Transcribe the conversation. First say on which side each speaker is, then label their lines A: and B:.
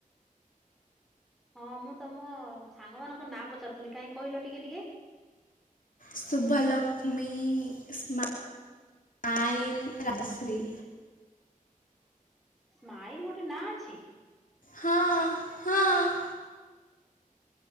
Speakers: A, in the centre; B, on the left (about 70°).
A: ହଁ, ମୁଁ ତମ ସାଙ୍ଗ ମାନଙ୍କ, ନାଁ ପଚାରି ଥିଲି ୲ କାଇଁ କହିଲ ଟିକେ, ଟିକେ-
B: ଶୁଭଲକ୍ଷ୍ମୀ ୲ ସ୍ମା ନାଇ ରଶ୍ରୀ
A: ସ୍ମାଇଲ, ଗୋଟେ ନାଁ, ଅଛି?
B: ହଁ, ହଁ-